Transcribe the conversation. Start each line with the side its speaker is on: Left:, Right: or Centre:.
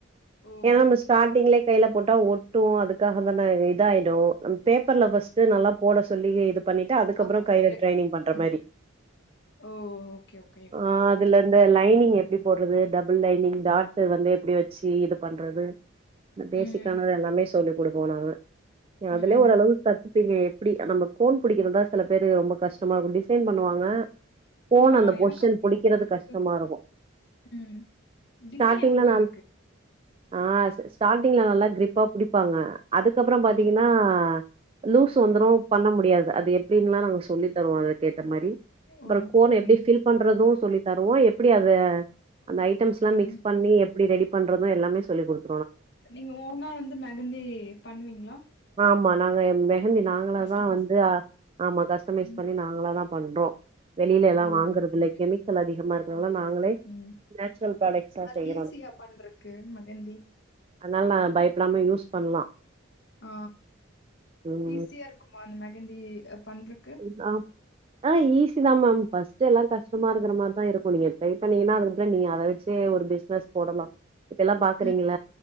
Left: ஓ
Right: ஏனா நம்ம
Left: ஓகே.
Right: ஸ்டாட்டிங்லே கைல போட்டா ஒட்டு அதுக்காக தான இ இதாய்டு ம் பேப்பர்ல ஃபஸ்ட்டு நல்லா போட சொல்லி இது பண்ணிட்டு அதுக்கப்றோ
Left: ஆ கலர்
Right: கைல
Left: இருக்கு.
Right: ட்ரைனிங் பண்ற
Left: ம்.
Right: மாரி
Left: ஓ ஓகே, ஓகே, ஓகே.
Right: ஆ இதுலர்ந்து லைனிங் எப்டி போட்றது டபுள் லைனிங் டாட்டு வந்து எப்டி வெச்சி இது பண்றது அ பேசிக்கானது
Left: ம்,
Right: எல்லாமே சொல்லி குடுப்போ நாங்க நீங்
Left: ம்.
Right: அதுலே ஓரளவுக் கத் துப்பீங்க எப்டி நம்ப கோன் பிடிக்கறத் தா சில பேரு ரொம்ப கஷ்டமா இருக்கு டிசைன் பண்ணுவாங்க கோன்
Left: ஆ
Right: அந்த பொஷ்ஷன்
Left: எனக்கு
Right: புடிக்கறது
Left: பிடிக்கிறது
Right: கஷ்டமா இருக்கு
Left: ம் டிசைனே
Right: ஸ்டார்டிங்ல
Left: வரு
Right: நா
Left: எனக்கு
Right: ஆ ஸ் ஸ்டாட்டிங்ல நல்லா க்ரிப்பா புடிப்பாங்க அதுக்கப்பறோ பாத்தீங்கன்னா
Left: ம்
Right: லூஸ் வந்துரு
Left: ம்
Right: பண்ண முடியாது அது எப்டின்லா நாங்க சொல்லி தருவோ அது க்கேத்த மாரி அப்றோ
Left: ஓ
Right: கோன் எப்டி
Left: ம்
Right: ஃபில் பண்றது சொல்லி தருவோ எப்டி அத அந்த ஐட்டம்ஸ்லா மிக்ஸ்
Left: ம்
Right: பண்ணி எப்டி ரெடி பண்றது எல்லாமே சொல்லி குடுத்
Left: நீங்க ஓனா வந்து மெஹந்தி பண்ணுவீங்ளா
Right: ஆமா நாங்க மெஹந்தி நாங்களாதா
Left: கஸ்டமைஸ்
Right: வந்து ஆமா கஸ்டமைஸ்
Left: ம்
Right: பண்ணி நா ங்களாதா பண்றோ வெளிலலா
Left: ஓ
Right: வாங்குறதுல்ல
Left: ஓகே ஓகே
Right: கெமிக்கல் அதிகமா இருக்றனால
Left: ஓகே
Right: நாங்களே
Left: ஓகே ம்
Right: நேச்சுரல் பிராடெக்ஸா
Left: அது
Right: செய்யுறோ
Left: ஈஸியா பண்றக்கு மெகந்தி
Right: அதுனால் நா பயப்டாம யூஸ் பண்லா
Left: ஆ
Right: ம்
Left: ஈஸியா இருக்குமா அந்த மெஹந்தி அ பண்றக்கு
Right: நா ஆ ஈஸிதா மேம் ஃபஸ்ட்டெல்லா கஷ்டமா இருக்குற மார்தா இருக்கு நீங்க ட்ரை பண்ணீங்கனா அதுக்கப்றோ நீங்க அத வச்சே ஒரு பெஸ் பெஸ் போடலா இப்பெல்லா பாக்குறீங்குள
Left: ம்